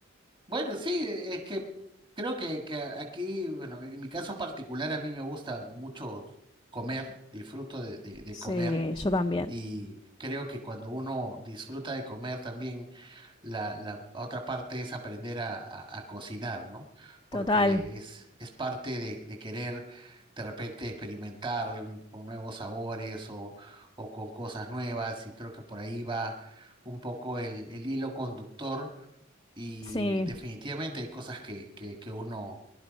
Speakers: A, on the right; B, on the left.
A: Bueno, sí, e, es que creo que, que aquí, bueno, en mi caso particular, a mí me gusta mucho comer, disfruto de, de de
B: Sí,
A: comer
B: yo también.
A: y creo que cuando uno disfruta de comer también La, la otra parte es aprender a, a- a cocinar, ¿no? Porque
B: Total,
A: es, es parte de, de querer de repente experimentar con nuevos sabores o, o con cosas nuevas y creo que por ahí va un poco el, el hilo conductor y
B: sí,
A: definitivamente hay cosas que, que, que uno,